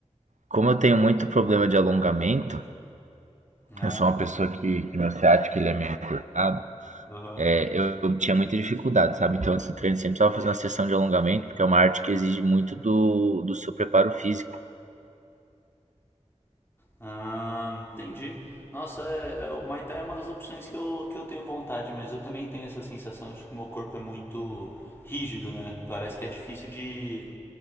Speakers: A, on the right; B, on the left.
A: como eu tenho muito problema de alongamento,
B: Né?
A: eu sou uma pessoa que, que meu ciático ele é meio encurtado,
B: Aham.
A: é, eu tinha muita dificuldade, sabe? Então antes do treino sempre precisava fazer uma sessão de alongamento, porque é uma arte que exige muito do, do seu preparo físico.
B: Ah, entendi. Nossa, é, é, o Muay Thai é uma das opções que eu, que eu tenho vontade, mas eu também tenho essa sensação de que meu corpo é muito rígido, né? Parece que é difícil de.